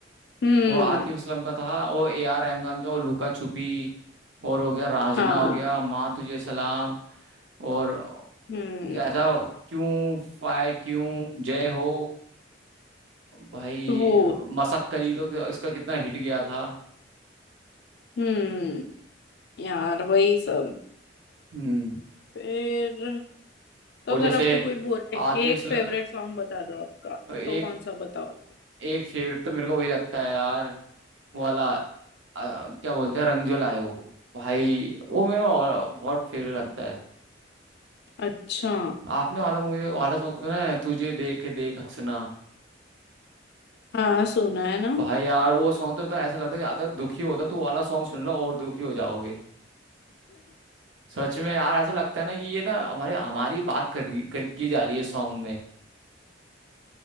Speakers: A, on the left (about 60°); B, on the right (about 85°).
A: हम्म
B: वो आतिफ असलम का था वो ए आर रहमान का वो लुका छुपी और हो गया रांझना
A: हाँ
B: हो गया माँ तुझे सलाम और
A: हम्म
B: कैसा क्यों फाय क्यों जय हो भाई
A: वो
B: मसक्कली तो इसका कितना हिट गया था
A: हम्म यार वही सब
B: हम्म
A: फिर तो
B: और
A: अगर
B: जैसे
A: आपको कोई बोले
B: आतिफ
A: एक
B: असलम
A: फेवरेट सॉन्ग बता दो आपका
B: एक
A: तो कौन सा बताओ
B: एक फेवरेट तो मेरे को वही लगता है यार वो वाला अ, क्या बोलते हैं रंग जो लायो भाई वो मेरा और बहुत फेवरेट लगता है
A: अच्छा
B: आपने वाला मूवी वाला सॉन्ग सुना है तुझे देख देख हंसना
A: हाँ सुना है ना
B: भाई यार वो सॉन्ग तो मतलब ऐसा लगता है कि अगर दुखी होता तो वो वाला सॉन्ग सुन लो और दुखी हो जाओगे सच में यार ऐसा लगता है ना कि ये ना हमारे हमारी बात कर, रही- कर की जा रही है सॉन्ग में